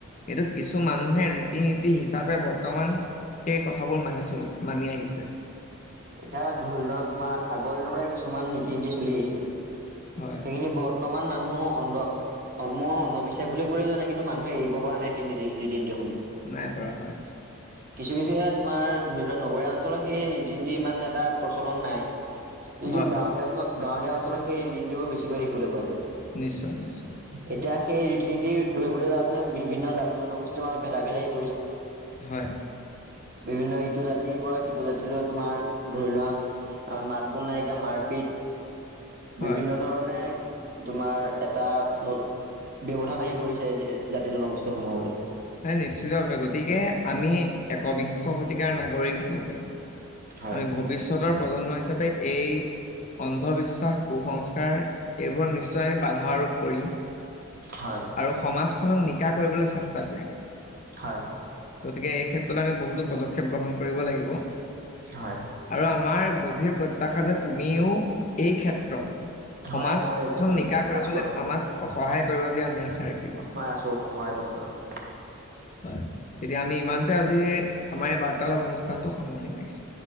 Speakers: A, on the left; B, on the right.
A: কিন্তু কিছু মানুহে ৰীতি-নীতি হিচাপে বৰ্তমান সেই কথাবোৰ মানি চলিছে, মানি আহিছে।
B: এতিয়া ধৰি লোৱা তোমাৰ আগৰ দিনৰ পৰাই কিছুমান নীতি, নীতি চলি আহিছে।
A: হয়
B: সেইখিনি বৰ্তমান মানুহ অন্ধ অ' মই অন্ধবিশ্বাস বুলি কবলৈ যোৱা নাই, কিন্তু মানুহে এৰিব পৰা নাই সেই নীতি, ৰীতি-নীতি
A: নাই পৰা হয়।
B: কিছু কিছু এয়া তোমাৰ ধৰি লোৱা নগৰীয়া অঞ্চলৰ সেই ৰিতি নীতি ইমান এটা প্ৰচলন নাই। যিটো
A: হয়
B: গাঁৱলীয়া অঞ্চল । গাঁৱলীয়া অঞ্চলত সেই ৰীতি নীতি বোৰ বেছিকৈ দেখিবলৈ পোৱা যায়।
A: নিশ্চয় নিশ্চয়।
B: এতিয়া সেই ৰীতি নীতিৰ ধৰিবলৈ যাওঁতে বিভিন্ন জাতি জনগোষ্ঠীৰ মাজত ভেদা ভেদ আহি পৰিছে।
A: হয়।
B: বিভিন্ন ইটো জাতিৰ পৰা সিটো জাতিলৈ তোমাৰ ধৰি লোৱা মাত বোল নাইকিয়া মাৰপিত।
A: হয়
B: বিভিন্ন ধৰণে। তোমাৰ এটা নট ব্যৱধান আহি পৰিছে জাতি জনগোষ্ঠী সমূহৰ মাজত।
A: হয় নিশ্চিতভাৱে গতিকে আমি একবিংশ শতিকাৰ নাগৰিক হিচাপে।
B: হয়,
A: আমি ভৱিষ্যতৰ । প্ৰজন্ম হিচাপে এই। অন্ধবিশ্বাস কুসংস্কাৰ এইবোৰ নিশ্চয় আমি বাধা আৰোপ। কৰিম।
B: হয়,
A: আৰু সমাজখনক নি--। কা কৰিবলৈ চেষ্ট--। তা কৰিম।
B: হয়, হয়,
A: গতিকে এই ক্ষেত্ৰ । তাতে আমি বহুতো পদক্ষেপ গ্ৰহণ কৰিব লাগিব।
B: হয়,
A: আৰু আমাৰ গভীৰ প্ৰত্যাশা যে তুমিও এই ক্ষেত--। ৰং।
B: হয়
A: সমাজ
B: মই এই ক্ষেত্ৰত
A: খন নিকা কৰিবলৈ
B: আছো আৰু।
A: আমাক সহায়--। কৰিবা বুলি আমি আশা--। ৰাখিলো
B: হয় আছো সহায় কৰিম বাৰু।
A: হয় তেতিয়া আমি ইমানতে আজি। আমাৰ এই বাৰ্তালাপ অনুষ্ঠানটো সামৰণি মাৰিছো।